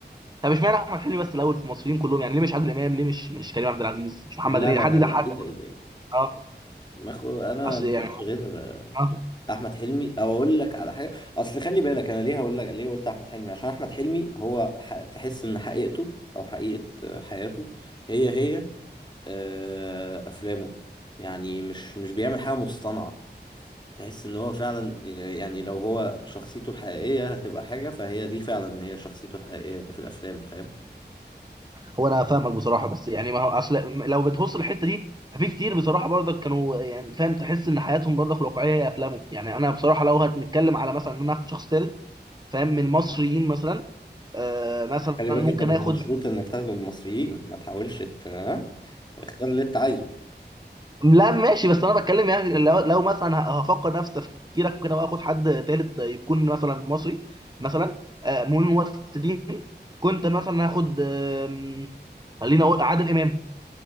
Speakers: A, on the right; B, on the left.
A: طب اشمعنى احمد حلمي بس الاول في المصريين كلهم يعني ليه مش عادل امام ليه مش مش كريم عبد العزيز مش محمد
B: لا
A: هنيدي
B: لا
A: حد
B: لا
A: يضحكك
B: لا ايه ده ايه ده ايه ده
A: اه
B: ما خو... انا
A: اصل
B: ما كنتش
A: يعني
B: غير
A: اه
B: احمد حلمي او اقول لك على حاجه اصل خلي بالك انا ليه هقول لك ليه قلت احمد حلمي عشان احمد حلمي هو ح... تحس ان حقيقته او حقيقه حياته هي هي آه، افلامه يعني مش مش بيعمل حاجه مصطنعه تحس ان هو فعلا يعني لو هو شخصيته الحقيقيه هتبقى حاجه فهي دي فعلا هي شخصيته الحقيقيه اللي في الافلام فاهم
A: هو انا فاهمك بصراحه بس يعني ما هو اصل لو بتبص الحته دي ففي كتير بصراحه برضك كانوا يعني فاهم تحس ان حياتهم برضك الواقعيه هي افلامهم يعني انا بصراحه لو هنتكلم على مثلا ان انا اخد شخص ثالث فاهم من المصريين مثلا آه مثلا
B: خلي بالك
A: ممكن
B: انت مش
A: اخد
B: مشروط انك تاخده من المصريين ما تحاولش ت- ها؟ اختار اللي انت عايزه
A: لا ماشي بس انا بتكلم يعني لو, لو مثلا ه- هفكر نفس تفكيرك وكده واخد حد تالت يكون مثلا مصري مثلا آه، من الممثلين كنت مثلا هاخد آم، خليني اقول عادل امام